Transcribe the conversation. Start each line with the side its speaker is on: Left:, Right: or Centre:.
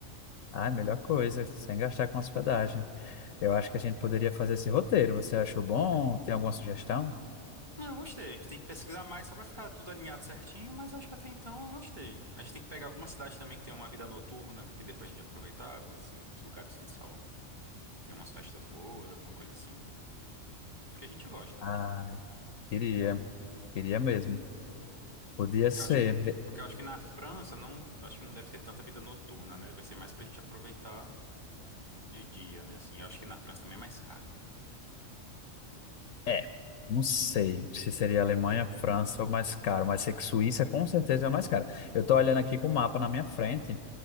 Left: Ah, melhor coisa, sem gastar com hospedagem. Eu acho que a gente poderia fazer esse roteiro. Você achou bom? Tem alguma sugestão?
Right: Não, eu gostei. A gente tem que pesquisar mais só pra ficar tudo alinhado certinho, mas acho que até então eu gostei. A gente tem que pegar alguma cidade também que tem uma vida noturna, que dê pra gente aproveitar, assim, os lugares que eles falam que tem umas festas boas, alguma coisa assim, que a gente gosta,
Left: Ah,
Right: né?
Left: queria, queria mesmo. Podia
Right: Porque
Left: ser.
Right: eu acho, que- porque eu acho que na França não, acho que não deve ter tanta vida noturna, né? Vai ser mais pra gente aproveitar de dia, né? Assim, eu acho que na França também é mais caro, né?
Left: É, não sei se seria Alemanha, França ou mais caro, mas sei que Suíça com certeza é o mais caro. Eu tô olhando aqui com o mapa na minha frente.